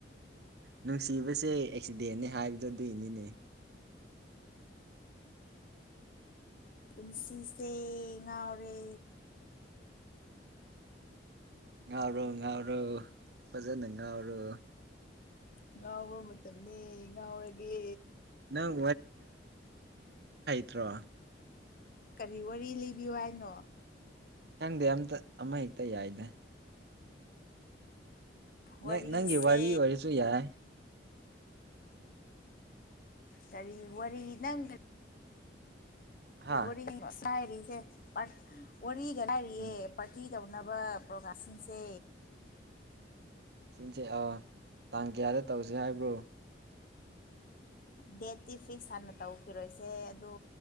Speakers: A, on the right; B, on the left.
A: ꯅꯨꯡꯁꯤꯕꯁꯦ ꯑꯦꯛꯁꯤꯗꯦꯟꯅꯤ ꯍꯥꯏꯕꯗꯨ ꯗꯤꯅꯤꯅꯦ
B: ꯄꯨꯟꯁꯤ ꯁꯦ ꯉꯥꯎꯔꯦ
A: ꯉꯥꯎꯔꯣ ꯉꯥꯎꯔꯣ ꯐꯖꯅ ꯉꯥꯎꯔꯣ
B: ꯉꯥꯎꯕ ꯃꯇꯝꯅꯤ ꯉꯥꯎꯔꯒꯦ
A: ꯅꯪ ꯇ꯭ꯔꯣ
B: ꯀꯔꯤ ꯋꯥꯔꯤ ꯂꯤꯕꯤꯌꯨ ꯍꯥꯏꯅꯣ
A: ꯈꯪꯗꯦ ꯑꯝꯇ ꯑꯃ ꯍꯦꯛꯇ ꯌꯥꯏꯗ
B: ꯋꯥꯔꯤꯁꯦ
A: ꯅ ꯅꯪꯒꯤ ꯋꯥꯔꯤ ꯑꯣꯏꯔꯁꯨ ꯌꯥꯏ
B: ꯀꯔꯤ ꯋꯥꯔꯤ ꯅꯪ
A: ꯍꯥ
B: ꯋꯥꯔꯤ ꯂꯤꯕ ꯂꯥꯢꯔꯤꯁꯦ ꯑꯁ ꯋꯥꯔꯤꯒ ꯂꯥꯏꯔꯤꯌꯦ
A: ꯎꯝ
B: ꯄꯥꯔꯇꯤ ꯇꯧꯅꯕ ꯄ꯭ꯔꯣꯒꯥꯝ ꯁꯤꯟꯁꯦ
A: ꯁꯤꯟꯁꯦ ꯑꯥ ꯇꯥꯡ ꯀꯌꯥꯗ ꯇꯧꯁꯤ ꯍꯥꯏꯕ꯭ꯔꯣ
B: ꯗꯦꯠꯇꯤ ꯐꯤꯛꯁ ꯍꯥꯟꯅ ꯇꯧꯈꯤꯔꯣꯏꯁꯦ ꯑꯗꯨ